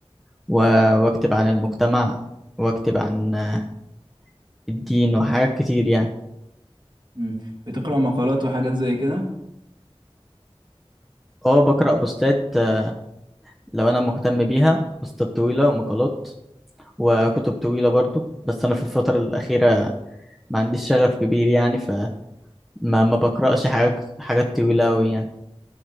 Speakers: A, in the centre; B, on the right (about 45°).
A: و... وأكتب عن المجتمع وأكتب عن آه، الدين وحاجات كتير يعني
B: امم بتقرأ مقالات وحاجات زي كده
A: اه بقرأ بوستات آه، لو أنا مهتم بيها بوستات طويلة ومقالات وكتب طويلة برضو بس أنا في الفترة الأخيرة ما عنديش شغف كبير يعني فما ما بقرأش حاجات حاجات طويلة أوي يعني